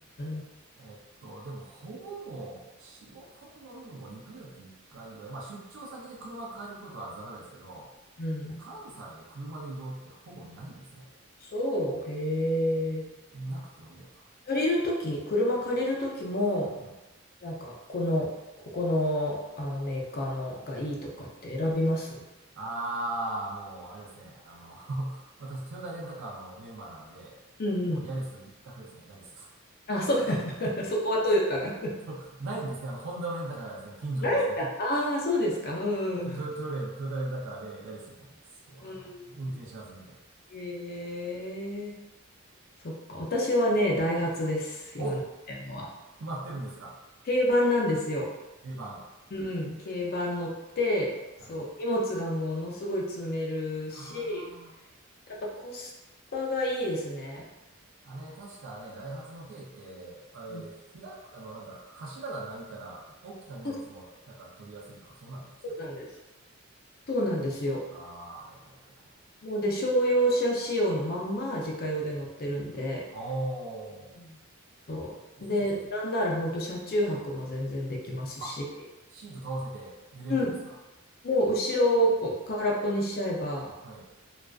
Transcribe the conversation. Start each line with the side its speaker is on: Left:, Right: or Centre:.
Left: ん。
Right: えっと、でも、ほぼもう、仕事に乗るのも2ヶ月に1回ぐらい。まあ、出張先で車借りることはザラですけど、
Left: うん。
Right: 関西で車で移動ってほぼないですね。
Left: そう、へえ。
Right: なくてもいいやと。
Left: 借りるとき、車借りるときも、
Right: うん。
Left: なんか、この、ここの、あのメーカーのがいいとかって選びます
Right: ああ、もう、あれですね。あの、<laughs> 私、トヨタレンタカーのメンバーなんで、
Left: うんうん。
Right: もう、ヤリス一択ですね、ヤリス。
Left: あ、そうなんだ。<laughs> そこはトヨタなんだ。
Right: <laughs> ないんですね。あの、ホンダのレンタカーがですね、近所にですね、
Left: ないんだ。ああ、そうですか。うんうん。
Right: ト、トヨ、トヨレン、トヨタレンタカーでヤリス一択です。もう、
Left: うん。
Right: あの、運転しやすいんで。
Left: ええそっか。私はね、ダイハツです。
Right: お、
Left: 今乗ってんのは。
Right: 決まってるんですか
Left: 軽バンなんですよ。
Right: 定番。
Left: うん。軽バン乗って、そう。
Right: はい。
Left: 荷物がものすごい積めるし、
Right: あ
Left: やっぱコスパがいいですね。
Right: あ、あれ、確かね、ダイハツの軽って、あれ、
Left: うん
Right: 開く、あの、なんだ、柱がないから、大きな荷物も、
Left: そう
Right: なんか取りやすいとか、そんなんでしたっけ
Left: そうなんです。そうなんですよ。
Right: ああー、はいはいはいはい
Left: もうで、商用車仕様のまんま自家用で乗ってるんで、
Right: おー、
Left: うんそう。
Right: 一石二鳥です。
Left: で、なんなら本当車中泊も全然できますし、
Right: あ、シート倒せて寝れるんですか
Left: うんもう後ろをぽ空っぽにしちゃえば、
Right: はい。